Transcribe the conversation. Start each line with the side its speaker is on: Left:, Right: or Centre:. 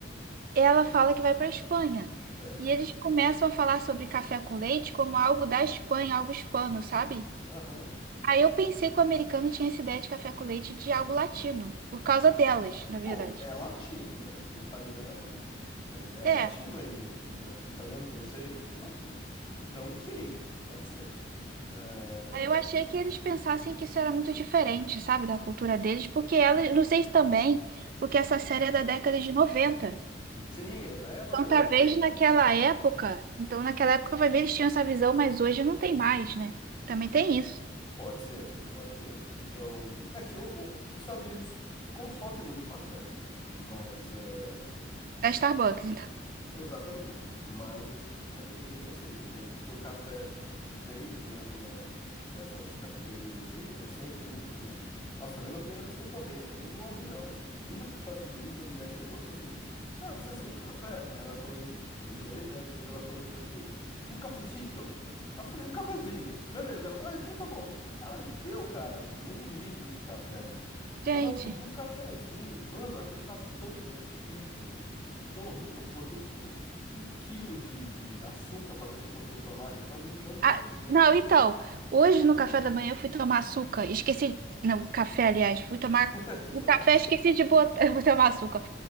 Right: ela fala que vai para Espanha.
Left: Certo.
Right: E eles começam a falar sobre café com leite como algo da Espanha, algo hispano, sabe?
Left: Aham.
Right: Aí eu pensei que o americano tinha essa ideia de café com leite de algo latino, por causa delas, na verdade.
Left: Bom, é latino, né? Porque italiano é,
Right: É.
Left: é latino ainda, né? Italiano, francês, é tudo latino. Então, sim, pode ser. É,
Right: Aí eu achei que eles pensassem que isso era muito diferente, sabe, da cultura deles, porque ela, não sei se também, porque essa série é da década de 90.
Left: Sim, é velha pra
Right: Então,
Left: caramba.
Right: talvez
Left: esse
Right: naquela época, então naquela época vai ver eles tinham essa visão, mas hoje não tem mais, né? Também tem isso.
Left: Pode ser, pode ser. Então, é que o- o- os Estados Unidos consomem muito café, mas é,
Right: Da Starbucks, então.
Left: Exatamente. Mas esse tipo de cafeteria, assim, entendeu? Porque o café feito mesmo na, nessas cafeterias, assim, é sempre muito ruim. Nossa, eu lembro a primeira vez que eu tomei. Eu tomei num avião, indo para os Estados Unidos, a mulher chegou e falou assim: Ah, você aceita um café? Aí ela falou em, falou em inglês, né? Depois ela falou em português: Um cafecito. Aí Eu falei: Um cafezinho. Beleza. Ela, ah, então tá bom. Ela me deu, cara, meio litro de café.
Right: Gente,
Left: Eu, eu pedi um cafezinho. Mano, aquilo tava tão horrível tão horrível. Eu botei tipo um quilo de, de açúcar para ver se eu conseguia tomar aquele tal. Não, não tinha
Right: ah,
Left: jeito.
Right: não, então, hoje no café da manhã eu fui tomar açúcar, esqueci, não, café, aliás, fui tomar
Left: <laughs>
Right: o
Left: Tomar
Right: café,
Left: açúcar.
Right: esqueci de botar, <laughs> eu vou tomar açúcar.